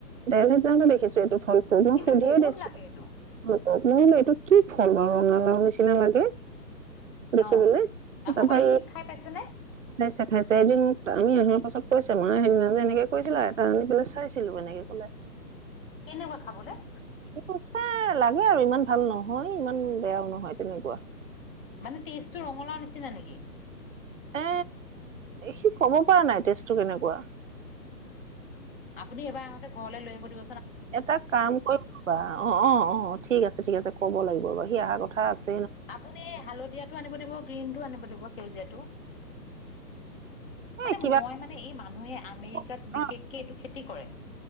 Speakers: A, on the right; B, on the left.
A: ডাইলে যাতে দেখিছো এইটো ফল খুব মই
B: কিন্তু
A: সুধিয়ে
B: বহুত
A: দিছো
B: লাগে এইটো
A: মোৰ এইটো কি ফল অ ৰঙালাও নিচিনা লাগে দেখিবে
B: অ আপোনালোকৰ
A: তাৰপৰা
B: ই খাই পাইছেনে
A: খাইছে খাইছে এদিন আমি আহক চবত কছে মে সেইদিনা যে এনেকে কৈছিলা এটা আনি পেল চাইছিলো এনেকে কলে
B: কেনেকুৱা খাবলৈ
A: সি কৈছে লাগে আৰু ইমান ভাল নহয় ইমান বেয়াও নহয় তেনেকুৱা
B: মানে টেষ্ট টো ৰঙালাও নিচিনা নেকি
A: এ সি কব পৰা নাই তেজটো কেনেকুৱা
B: আপুনি এবাৰ আহোঁতে ঘৰলৈ লৈ আহিবুতিিব
A: এটা কাম কৰিবা অ অ অ ঠিক আছে ঠিক আছে ক'ব লিব বাৰু সি অহাৰ কথা আছে
B: আপুনি হালধীয়াটো আনিব দিব গ্ৰীণ আনিব দিব সেজীয়
A: এ
B: মানে
A: কিবা
B: মই মানে এই মানুহে আমেৰিকাত
A: অ',
B: বিশেষকে এইটো খেতি কৰে